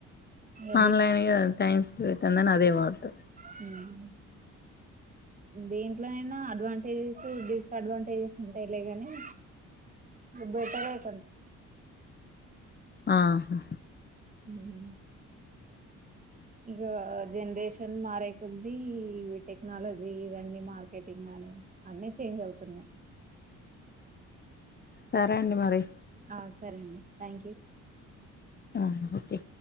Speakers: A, on the right; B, on the left.
A: అది
B: ఆన్లైన్ టైం సేవ్ అవుతంది అదే మార్తం
A: హుహు దీంట్లోనైనా అడ్వాంటేజెస్ డిసఅడ్వాంటేజెస్ ఉంటాయిలే ని బెటరే కొంచెం
B: ఆహా
A: ఉహు ఇక జనరేషన్ మారే కొద్ది ఇ టెక్నాలజీ ఇవన్నీ మార్కెటింగ్ కానీ అన్నీ చేంజ్ అవుతున్నాయి
B: సరే అండి మరి
A: ఆ సరే అండి థ్యాంక్ యూ
B: అఓకే